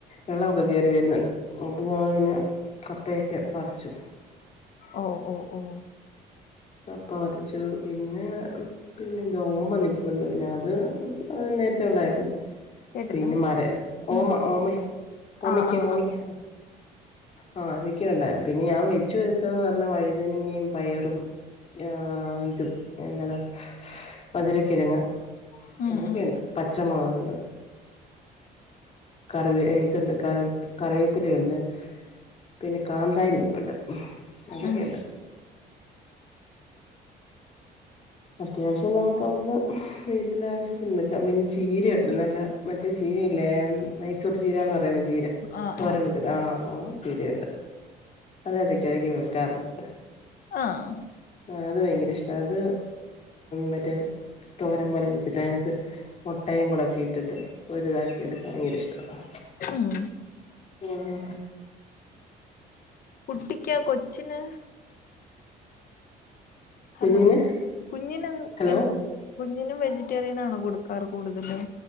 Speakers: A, on the left; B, on the left.
A: വെള്ളമൊക്കെ കയറി വരുന്നുണ്ട് അപ്പൊ ഞങ്ങള് പിന്നെ കപ്പേറ്റ് മറിച്ചു
B: ഓ ഓ ഓ
A: കപ്പ വരിച്ചു പിന്നെ പിന്നെ എന്താ ഓമ്മ നിപ്പുണ്ട് പിന്നെ അത് നേരത്തെ ഉള്ളായിരുന്നു
B: കേട്ടില്ല
A: പിന്നെ മര
B: ഉം
A: ഓമ ഓമ ഓമക്ക
B: ആഹ് ആഹ്
A: ഓമക്ക ആ അതൊക്കെയ ഉണ്ടായി പിന്നെ ഞാൻ വെച്ചു വച്ചന്ന് പറഞ്ഞാ വഴുതനങ്ങയും പയറും ആ ഇതും എന്താണ് മധുരക്കിഴങ്ങ്
B: ആഹ് ഉം
A: അതൊക്കെയ
B: ഉം
A: ഉണ്ട് പ പച്ചമുളകുണ്ട് കറി ഇതുണ്ട് ക കറിവേപ്പിലുണ്ട് പിന്നെ കാന്താരിനി ഇപ്പുണ്ട് അതൊക്കെയുണ്ട്
B: ഉം
A: അത്യാവശ്യം നമുക്ക് അവിടുന്ന് വീട്ടില ആവശ്യത്തിുണ്ടാം പിന്നെ ചീരയുണ്ട് നല്ല മറ്റേ ചീരല്ലേ മൈസൂർ ചീരന്ന് പറ ചീര
B: ആഹ്
A: തോര
B: ആഹ്
A: വെക്ക ആ് ആ് ചീരുണ്ട് അത അട കഴകി വെക്കാറണ്ട്
B: ആഹ
A: ആ അത് ഭയങ്കര ഇഷ്ട അത് മറ്റേ തോരം പോലെ വെച്ചിട്ടതിനകത്ത് മുട്ടയും കൂടെൊക്കെ ഇട്ടിട്ട് ഒരുരിതാക്കിയ എടുക്കാൻ ഭയങ്കര ഇഷ്ടമാണ്
B: ഉം
A: ഉം ഉ
B: കുട്ടിക്കാ കൊച്ചിന് ഹലോ
A: കുഞ്ഞിന്
B: കുഞ്ഞൻ എന്ത്
A: ഹലോ
B: എന്ത് കുഞ്ഞിനും വെജിറ്റേറിയൻ ആണോ കൊടുക്കാറ് കൂടുതലും